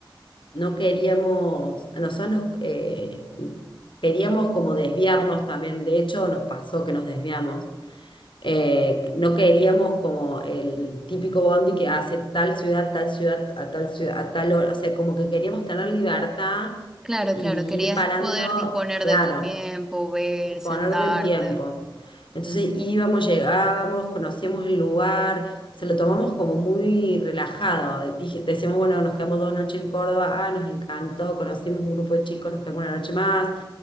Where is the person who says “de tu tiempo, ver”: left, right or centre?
Centre